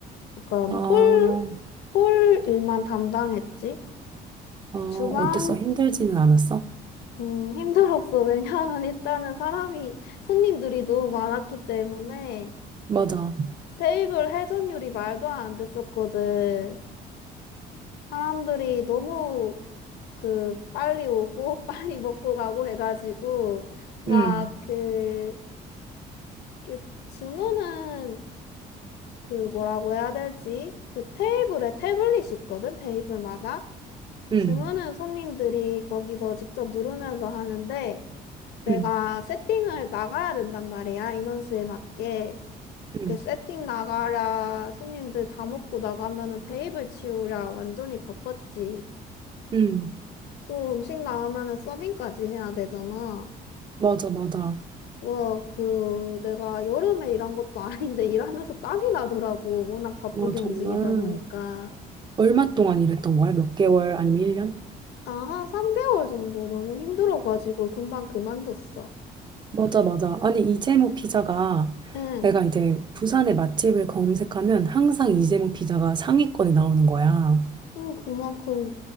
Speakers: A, on the left; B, on the right.
A: 그건
B: 아,
A: 홀, 홀 일만 담당했지.
B: 아, 어땠어?
A: 주방,
B: 힘들지는 않았어?
A: 음, 힘들었어. <laughs> 왜냐하면 일단은 사람이, 손님들이 너무 많았기 때문에
B: 맞아.
A: 테이블 회전율이 말도 안 됐었거든. 사람들이 너무 그 빨리 오고 <laughs> 빨리 먹고 가고 해가지고 막그
B: 응,
A: 그 그 주문은 그 뭐라고 해야 되지? 그 테이블에 태블릿이 있거든 테이블마다
B: 응,
A: 주문은 손님들이 거기서 직접 누르면서 하는데 내가
B: 응,
A: 세팅을 나가야 된단 말이야 인원수에 맞게
B: 응,
A: 그 세팅 나가랴 손님들 다 먹고 나가면은 테이블 치우랴 완전히 바빴지
B: 응.
A: 또 음식 나오면은 서빙까지 해야 되잖아.
B: 맞아, 맞아.
A: 와, 그, 내가 여름에 일한 것도 아닌데 일하면서 땀이 나더라고. 워낙 바쁘게
B: 아, 정말.
A: 움직이다 보니까.
B: 얼마 동안 일했던 거야? 몇 개월 아니면 1년?
A: 아, 한 3개월 정도 너무 힘들어가지고 금방 그만뒀어.
B: 맞아, 맞아. 아니, 이재모 피자가
A: 응,
B: 내가 이제 부산의 맛집을 검색하면 항상 이재모 피자가 상위권에 나오는 거야.
A: 응, 그만큼